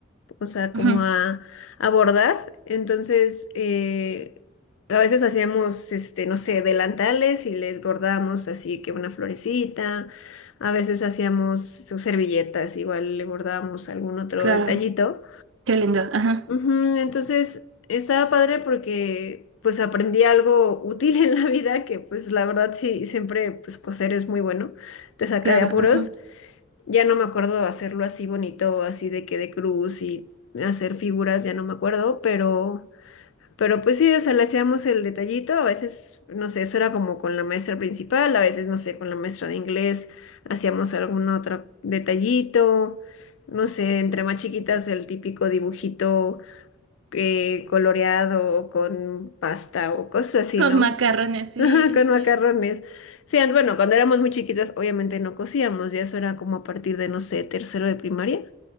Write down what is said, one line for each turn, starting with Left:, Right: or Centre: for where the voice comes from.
Left: o sea, como
Right: ujú,
Left: a abordar. Entonces, eh, a veces hacíamos, este, no sé, delantales y les bordábamos así que una florecita. A veces hacíamos sus servilletas, igual le bordábamos algún otro
Right: claro,
Left: detallito.
Right: qué lindo, ajá,
Left: Ujú, Entonces, estaba padre porque pues aprendí algo útil <laughs> en la vida que pues la verdad sí, siempre pues coser es muy bueno, te saca
Right: claro,
Left: de apuros.
Right: ajá.
Left: Ya no me acuerdo hacerlo así bonito, así de que de cruz y hacer figuras, ya no me acuerdo, pero, pero pues sí, o sea, le hacíamos el detallito, a veces, no sé, eso era como con la maestra principal, a veces, no sé, con la maestra de inglés hacíamos algún otro detallito, no sé, entre más chiquitas el típico dibujito eh, coloreado con pasta o cosas así,
Right: Con
Left: ¿no?
Right: macarrones, sí,
Left: Ajá, con
Right: sí,
Left: macarrones. Sí, and- bueno, cuando éramos muy chiquitas, obviamente no cocíamos, ya eso era como a partir de, no sé, tercero de primaria.